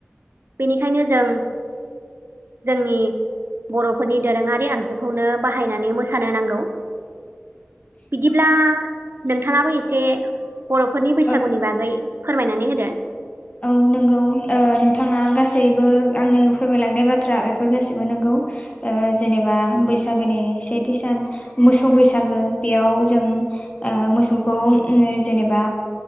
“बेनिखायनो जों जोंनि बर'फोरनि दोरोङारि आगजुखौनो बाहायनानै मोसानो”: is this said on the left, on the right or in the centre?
Right